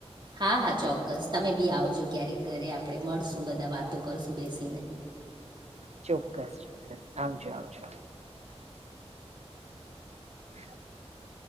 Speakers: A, on the right (about 45°); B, on the right (about 75°).
A: હા હા ચોક્કસ તમે બી આવજો ક્યારેક ઘરે આપડે મળશું બધા વાતો કરશું બેસી.
B: ચોક્કસ ચોક્કસ આવજો આવજો. <inaudible>